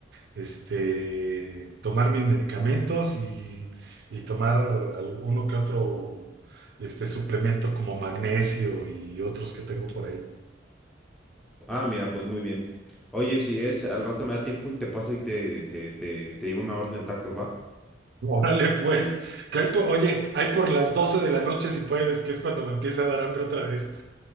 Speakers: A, on the right; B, in the centre.
A: este, tomar mis medicamentos y, y tomar alguno que otro este, suplemento como magnesio y otros que tengo por ahí.
B: Ah, mira, pues muy bien. Oye, si es, al rato me da tiempo y te paso y te, te, te, te llevo una orden de tacos, ¿va?
A: Órale, pues, que hay po- oye, hay por las 12 de la noche si puedes, que es cuando me empieza a dar hambre otra vez.